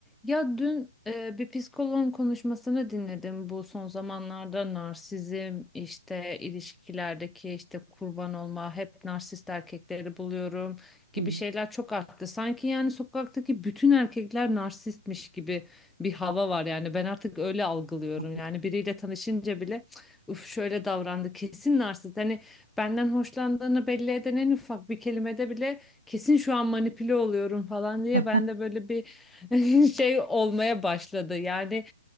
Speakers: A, in the centre; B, on the right.
A: Ya dün e, bir psikoloğun konuşmasını dinledim bu son zamanlarda narsizm işte ilişkilerdeki işte kurban olma hep narsist erkekleri buluyorum gibi
B: Hı,
A: şeyler çok arttı. Sanki yani sokaktaki bütün erkekler narsistmiş gibi bir hava var yani ben artık öyle algılıyorum.
B: <laughs>
A: Yani biriyle tanışınca bile uf şöyle davrandı kesin narsist. Hani benden hoşlandığını belli eden en ufak bir kelimede bile kesin şu an manipüle oluyorum falan diye
B: Evet.
A: ben de böyle bir <laughs> şey olmaya başladı. Yani